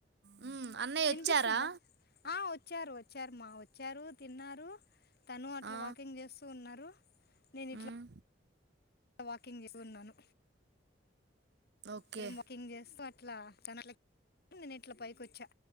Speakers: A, on the right; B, on the left.
A: మ్మ్, అన్నయ్య
B: వినిపిస్తుందా
A: వచ్చారా
B: ఆ వచ్చారు వచ్చారు మా వచ్చారు తిన్నారు తను అట్లా
A: ఆ,
B: వాకింగ్ చేస్తూ ఉన్నారు రు నేను ఇట్లా
A: మ్మ్,
B: ఇ వాకింగ్ చేస్తు ఉన్నాను
A: ఓకే
B: ఇద్దరం వాకింగ్ చేస్తూ అట్లా తనల నేను ఇట్లా పైకొచ్చా